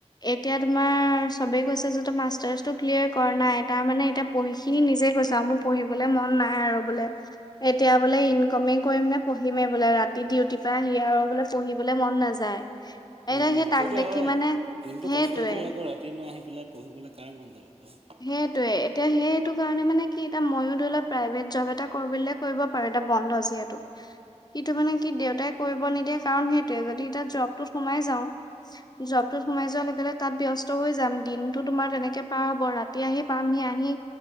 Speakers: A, on the left; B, on the right.
A: এতিয়া তোমাৰ, সবেই কৈছে যত মাষ্টাৰছ টো ক্লিয়াৰ কৰা নাই তাৰ মানে এতিয়া পঢ়ি নিজে কৈছ আৰু মোৰ পঢ়িব মন নাই আৰু বোলে এতিয়া বোলে ইনকমে কৰিম নে পঢ়িমেই বোলে ৰাতি, ডিউটিৰ পৰা আহি সি আৰু বোলে পঢ়িবলৈ মন নাযায়। এতিয়া
B: উম উম
A: সেই তাক
B: সেইটো
A: দেখি
B: হয়
A: মানে
B: দিনটো
A: সেইটোৱে
B: কষ্ট কৰি আকৌ ৰাত দিন আহি পেলাই পঢ়িবলৈ কাৰ মন যাব ক
A: সেইটোৱে এতিয়া সেইটো কাৰণে মানে কি এতিয়া মইও ধৰি লোৱা প্ৰাইভেট জব এটা কৰিবলে। কৰিব পাৰে এটা বন্ধ আছে যিহেতু। সেইটো মানে কি দেউতাই কৰিব নিদিয়ে কাৰণ সেইটোৱে যদি এতিয়া জবটোত সোমাই যাওঁ, জবটোত সোমাই যোৱাৰ লগে লগে তাত ব্যস্ত হৈ যাম দিনতো তোমাৰ তেনেকে পাৰ হ'ব ৰাত তেতিয়াহে পামহি আহি,